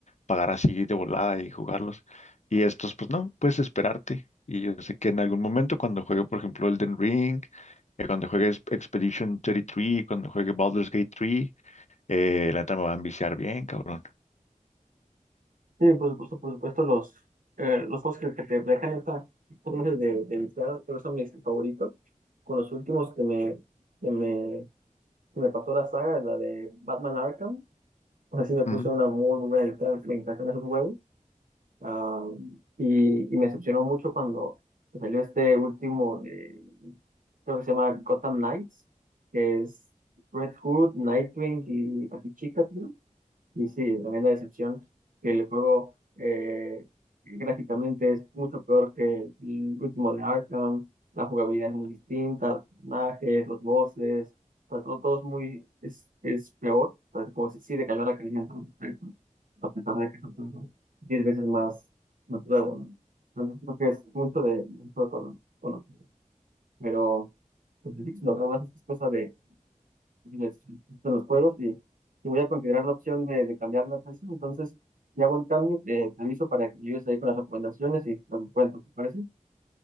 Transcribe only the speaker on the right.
Sí, por supuesto, por supuesto, los, eh, los juegos que, que te dejan esta esta clase de, de viciadas, pero son mis favoritos. Con los últimos que me, que me, que me pasó la saga, la de Batman Arkham, pues así me puse
una muy buena viciada, me encantan esos juegos. Ah, y, y me decepcionó mucho cuando salió este último, de, creo que se llama Gotham Knights, que es Red Hood, Nightwing y Batichica, y sí, tremenda decepción que el juego eh, gráficamente es mucho peor que el último de Arkham. La jugabilidad es muy distinta, personajes, los voces, o sea, todo, todo es muy, es, es peor. O sea, como si sí decayó la calidad en todo aspecto, a pesar de que es otro juego 10 veces más, más nuevo, ¿no? Entonces creo que es mucho de, mucho con, con- pero pues, sí, lo demás es cosa de, les gustan los juegos y, y voy a considerar la opción de, de cambiar la PC. Entonces, ya hago el cambio, eh, te aviso para que llegues ahí con las recomendaciones y los cuentos, ¿te parece?